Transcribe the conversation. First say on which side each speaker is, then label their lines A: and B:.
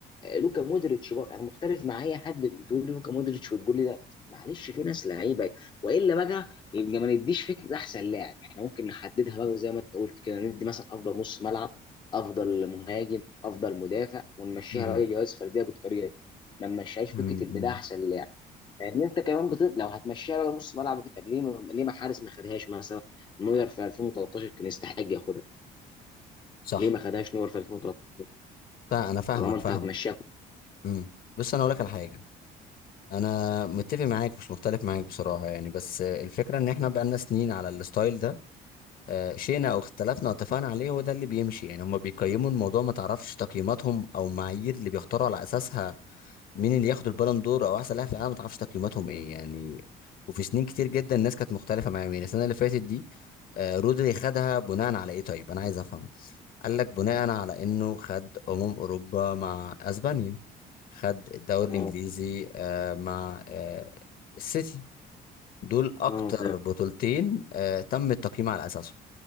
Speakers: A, on the left (about 25°); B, on the left (about 60°).
A: لوكا مودريتش بقى انا مختلف مع اي حد بتقول لي لوكا مودريتش وتقول لي ده معلش في ناس لعيبه والا بقى يبقى ما نديش فكره احسن لاعب احنا ممكن نحددها بقى زي ما انت قلت كده ندي مثلا افضل نص ملعب افضل مهاجم افضل مدافع ونمشيها
B: امم
A: بقى جوائز فرديه بالطريقه دي ما نمشيهاش فكره
B: امم
A: ان ده احسن لاعب لان انت كمان بت... لو هتمشيها بقى نص ملعب وكده طب ليه ما... ليه ما حارس ما خدهاش مثلا نوير في 2013 كان يستحق ياخدها
B: صح
A: ليه ما خدهاش نوير في 2013
B: فا- انا فاهمك
A: طالما انت
B: فاهمك
A: هتمشيها
B: امم بس انا اقول لك على حاجه انا متفق معاك مش مختلف معاك بصراحه يعني بس الفكره ان احنا بقالنا سنين على الستايل ده آه، شئنا او اختلفنا او اتفقنا عليه هو ده اللي بيمشي يعني هم بيقيموا الموضوع ما تعرفش تقييماتهم او المعايير اللي بيختاروا على اساسها مين اللي ياخد البالون دور او احسن لاعب في العالم ما تعرفش تقييماتهم ايه يعني وفي سنين كتير جدا الناس كانت مختلفه مع مين السنه اللي فاتت دي آه، رودري خدها بناء على ايه طيب انا عايز افهم قال لك بناء على انه خد امم اوروبا مع اسبانيا خد الدوري
A: اه
B: الانجليزي آه، مع آه، السيتي دول اكتر
A: اه فاهم
B: بطولتين آه، تم التقييم على اساسهم